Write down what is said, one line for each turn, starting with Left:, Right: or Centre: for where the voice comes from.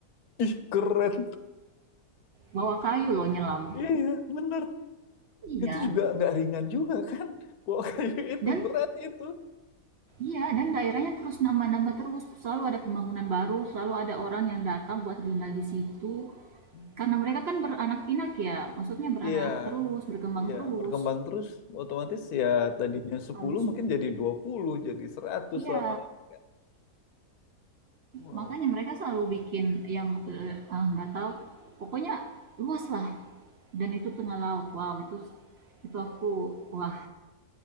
Left: Ih, keren.
Right: bawa kayu loh nyelam.
Left: Iya, bener.
Right: Iya.
Left: Itu juga nggak ringan juga kan? Bawa kayu itu
Right: Dan
Left: berat itu.
Right: iya dan daerahnya terus nambah-nambah terus. Selalu ada pembangunan baru, selalu ada orang yang datang buat tinggal di situ.
Left: Hmm.
Right: Karena mereka kan beranak pinak ya, maksudnya beranak
Left: Iya.
Right: terus, berkembang
Left: Iya,
Right: terus.
Left: berkembang terus otomatis ya tadinya 10
Right: Harus
Left: mungkin jadi 20 jadi 100
Right: iya.
Left: lama-lama kan. Wow.
Right: Makanya mereka selalu bikin yang eh, ah, nggak tahu. Pokoknya luas lah. Dan itu tengah laut. Wow, itu itu aku wah,